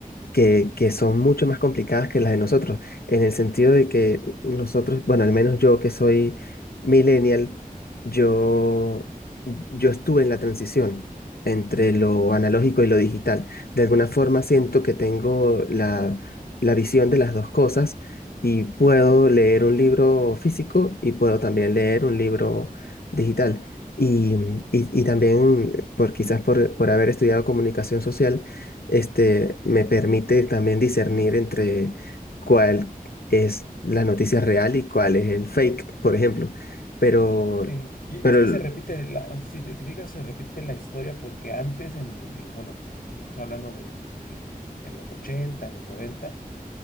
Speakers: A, on the left (about 85°); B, on the left (about 70°).
A: que, que son mucho más complicadas que las de nosotros, en el sentido de que nosotros, bueno, al menos yo que soy millennial, yo, yo estuve en la transición entre lo analógico y lo digital. De alguna forma
B: Ujú.
A: siento que tengo la, la visión de las dos cosas y puedo leer un libro físico y puedo también leer un libro digital. Y, y, y también por, quizás por, por haber estudiado comunicación social, este, me permite también discernir entre cuál es la noticia real y cuál es el fake, por ejemplo. Pero,
B: Sí, y
A: pero,
B: y es que
A: el-
B: se repite, la, si te, te fijas, se repite la historia porque antes, en, eh, bueno, eh, estoy hablando de mis- en, en los 80, en los 90,